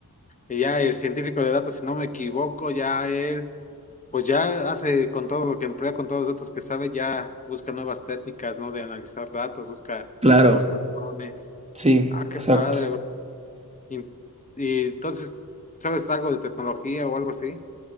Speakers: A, on the left; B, on the right.
A: Y ya el científico de datos, si no me equivoco, ya él, pues ya hace con todo lo que emplea, con todos los datos que sabe, ya busca nuevas técnicas, ¿no? De analizar datos, busca
B: Claro,
A: nuevos patrones.
B: sí,
A: Ah, qué
B: exacto.
A: padre, bro. Y, y entonces, ¿sabes algo de tecnología o algo así?